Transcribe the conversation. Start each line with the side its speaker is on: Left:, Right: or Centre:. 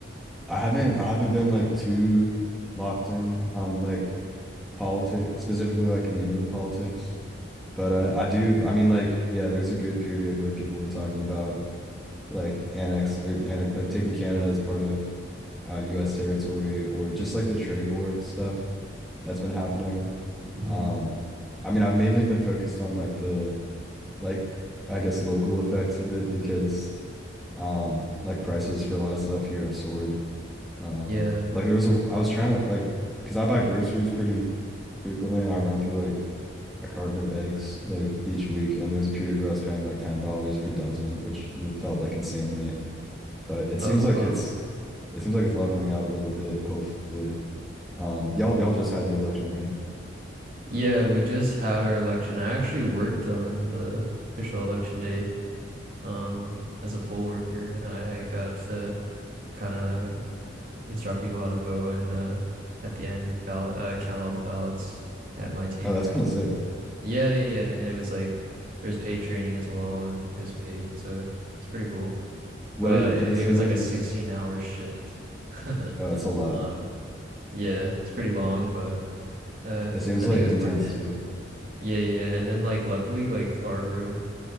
Centre: I haven't I haven't been like too locked in on like politics, specifically like Canadian politics. But uh, I do I mean like yeah, there's a good period where people were talking about like annex or annex like taking Canada as part of uh, US territory or just like the trade war stuff that's been happening.
Right: hmm
Centre: Um I mean I've mainly been focused on like the like I guess local effects of it because Um, like prices for a lot of stuff here have soared. Um,
Right: Yeah.
Centre: like there was a I was trying to like because I buy groceries pretty frequently and I run through like a carton of eggs like each week and there was a period where I was paying like $10 per dozen, which w- felt like insane to me. But it
Right: Oh,
Centre: seems
Right: wow.
Centre: like it's it seems like it's leveling out a little bit, hopefully. Um, y'all y'all just had your election, right?
Right: Yeah, we just had our election. I actually worked on the official election day, um, as a poll worker, and I, I got to kind of instruct people how to vote and uh, at the end ballot uh, count all the ballots at my table.
Centre: Oh, that's kind of sick.
Right: Yeah, yeah, yeah. And it was like there was paid training as well, and it was paid, so it's pretty cool.
Centre: What
Right: but
Centre: it did
Right: it,
Centre: it
Right: it
Centre: seem
Right: was
Centre: like
Right: like a
Centre: there's
Right: 16 hour shift. <laughs>
Centre: uh, it's a lot.
Right: Um, yeah, it's pretty long, but uh,
Centre: It seems
Right: I think
Centre: like
Right: it was
Centre: intense
Right: worth it.
Centre: too.
Right: Yeah, yeah. And then like luckily like our room